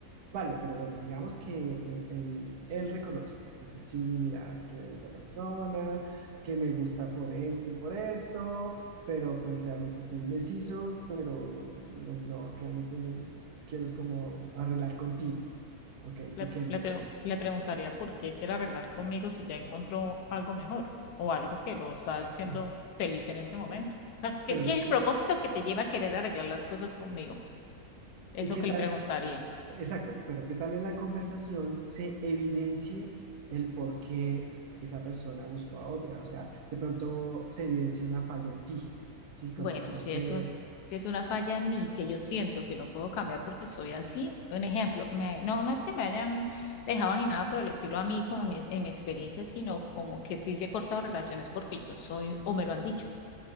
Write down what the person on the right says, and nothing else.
Vale, pero bueno, digamos que él, él- él reconoce. Dice, sí, mira, es que hay otra persona que me gusta por esto y por esto, pero pues realmente estoy indeciso, pero no, no, realmente me- quiero es como arreglar contigo. Ok,
¿tú qué harías
ahí?
<clears throat>
Bueno,
¿y,
y-
y
qué
tal
Exacto, pero ¿qué tal en la conversación se evidencie el por qué esa persona buscó a otra? O sea, de pronto se evidencia una falla en ti, ¿sí? Como,
no
sé,